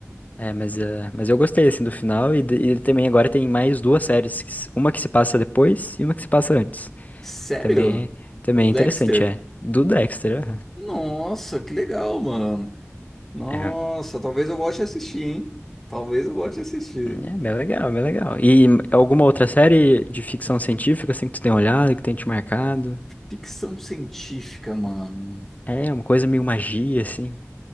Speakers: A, on the left; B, in the centre.
A: É, mas, eh, mas eu gostei, assim, do final, e, de- e também agora tem mais duas séries, que s- uma que se passa depois e uma que se passa antes.
B: Sério?
A: Também, também
B: O do
A: é
B: Dexter?
A: interessante, é. Do Dexter,
B: Nossa, que legal, mano. Nossa,
A: aham.
B: talvez eu volte a assistir, hein? Talvez eu volte a assistir.
A: É bem legal, bem legal. E alguma outra série de ficção científica assim que tu tem olhado, que tem te marcado?
B: Ficção científica, mano.
A: É, uma coisa meio magia, assim.